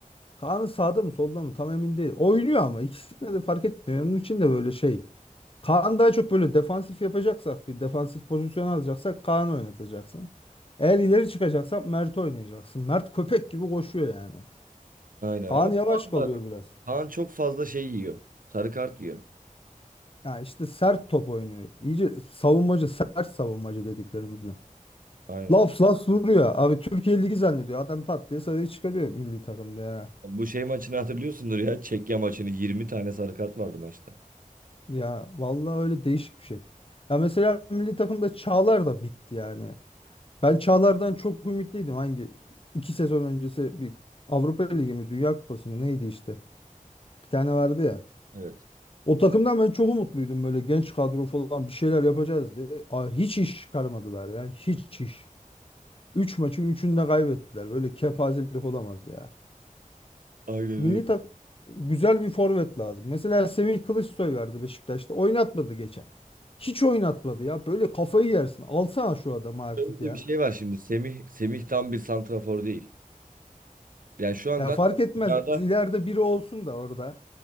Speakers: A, on the left; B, on the right.
A: Kaan sağda mı solda mı tam emin değil. Oynuyor ama ikisinde de fark etmiyor. Onun için de böyle şey. Kaan daha çok böyle defansif yapacaksak bir defansif pozisyon alacaksak Kaan oynatacaksın. Eğer ileri çıkacaksan Mert oynayacaksın. Mert köpek gibi koşuyor yani.
B: Aynen
A: Kaan
B: ama Kaan,
A: yavaş kalıyor
B: da-
A: biraz.
B: Kaan çok fazla şey yiyor. Sarı kart yiyor.
A: Ya işte sert top oynuyor. İyice savunmacı, sert savunmacı dediklerimizle.
B: Aynen.
A: Laps laps vuruyor. Abi Türkiye Ligi zannediyor. Adam pat diye sarıyı çıkarıyor milli takımda ya.
B: Bu şey maçını hatırlıyorsundur ya. Çekya maçını 20 tane sarı kart vardı maçta.
A: Ya vallahi öyle değişik bir şey. Ya mesela milli takımda Çağlar da bitti yani. Ben Çağlar'dan çok ümitliydim. Hangi iki sezon öncesi bir Avrupa Ligi mi Dünya Kupası mı neydi işte. Bir tane vardı ya.
B: Evet.
A: O takımdan ben çok umutluydum böyle genç kadro falan bir şeyler yapacağız diye. Aa, hiç iş çıkarmadılar ya hiç iş. Üç maçın üçünü de kaybettiler. Böyle kepazelik olamaz ya.
B: Aynen
A: Milli
B: öyle.
A: tak güzel bir forvet lazım. Mesela Semih Kılıçsoy vardı Beşiktaş'ta. Oynatmadı geçen. Hiç oynatmadı ya. Böyle kafayı yersin. Alsana şu adamı artık
B: Şöyle de
A: ya.
B: bir şey var şimdi. Semih Semih tam bir santrafor değil. Yani şu anda
A: Ya fark
B: hatta
A: etmez.
B: dünyada
A: İleride biri olsun da orada.